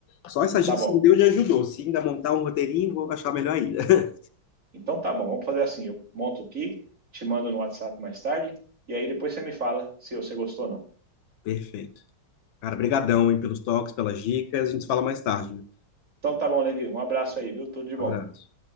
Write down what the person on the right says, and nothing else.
Tá bom.
Então tá bom, vamos fazer assim, eu monto aqui, te mando no WhatsApp mais tarde, e aí depois você me fala se você gostou ou não.
Então tá bom, Levi, um abraço aí, viu? Tudo de
bom.